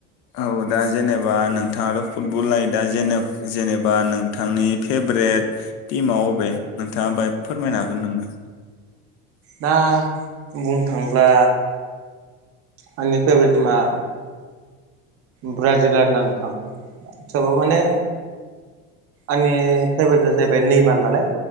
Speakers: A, on the left; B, on the right.
A: औ दा जेनेबा नोंथाङाथ' फुटबल नायो दा जेनेबा नोंथांनि फेभरेट टिमाव अबे नोंथाङा बाय फोरमायनो हागोन नामा?
B: दा बुंनो थाङोला आंनि फेभरेट टिमा ब्राजिल आरोना नोंथां थेवबाबो माने आंनि फेभ्रेटआ जाहैबाय नैमार नालाय